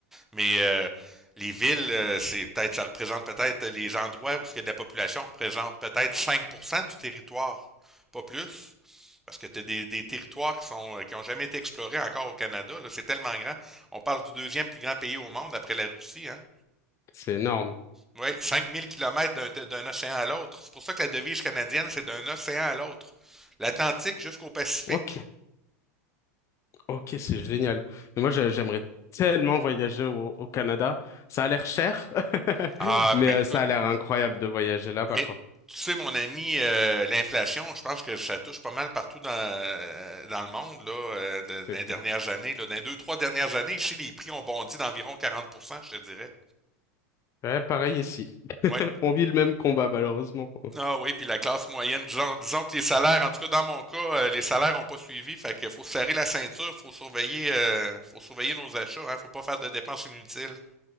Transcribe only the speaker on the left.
C'est énorme.
Ok, ok, c'est génial. Mais moi, j'ai- j'aimerais tellement voyager au, au Canada. Ça a l'air cher, <laughs>
mais
euh,
ça a l'air incroyable de voyager là-bas,
quoi.
C'est
clair.
Ouais, pareil ici.
On vit le même combat, malheureusement.